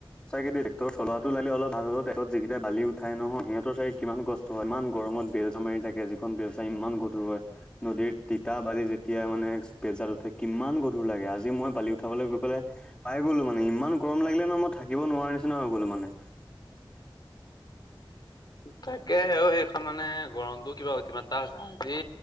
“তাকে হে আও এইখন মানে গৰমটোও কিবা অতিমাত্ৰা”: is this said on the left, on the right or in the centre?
Left